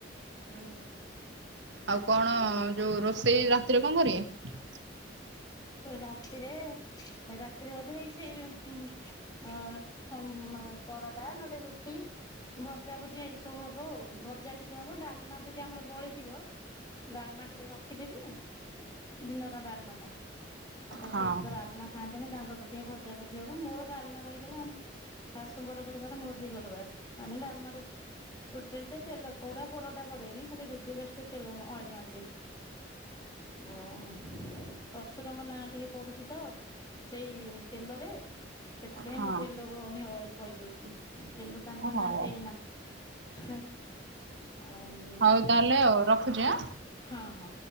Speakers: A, on the left (about 20°); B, on the right (about 70°).
A: ହୁଁ।
B: ଆଉ କଣ ଯୋଉ ରୋଷେଇ ରାତିରେ କଣ କରିବେ?
A: ରାତିରେ ରାତିରେ ବୋଧେ ହେଇ ସେ ହ ଅ ହ ପରଟା ନହେଲେ ରୁଟି ଭଜା ଭୁଜି ଏଇ ସବୁ ହବ ଆଉ ଭଜା ଟିକେ ହବ ଡାଲମା ଯଦି ଆମର ବଳିଯିବ ଡାଲମା ଟିକେ ରଖିଦେବି ଦିନର ଡାଲମା ଟା ଶଶୁରଟେ
B: ହଁ
A: ତ ଡଲମା ଖାଆନ୍ତିନି ତାଙ୍କ ପାଇଁ ଟିକେ ଭଜା ଭଜି ହବ ମୋରୋ ଡାଲମା ରହିଗଲା ଆମେ ଶାଶୁଙ୍କର ଗୁରୁବାର ମୋର ବି ଗୁରୁବାର ଆମେ ଡାଲମା ରୁଟି ରୁଟିଟିର ତ ତେଲ ପୁରା ପରଟା କରେନି ଖାଲି ରୁଟି ରେ ଜଷ୍ଟ ଟିକେ ତେଲ ଅଏଲ ମାରିଦିଏ। ହଁ, ଶଶୁରଙ ନାଁ ଟିକେ ପଡୁଛି ତ ସେଇ ତେଲରେ ସେଥିପାଇଁ
B: ହଁ
A: ମୁଁ ତେଲ କହୁନି ଅଏଲ କହିଦଉଛି କିନ୍ତୁ ତାଙ୍କ
B: ହଉ
A: ନାଁ ସେଇନା ହ ଆଉ
B: ହଉ ତାହେଲେ ଆଉ ରଖୁଛି ଆଁ।
A: ହଁ ହଁ,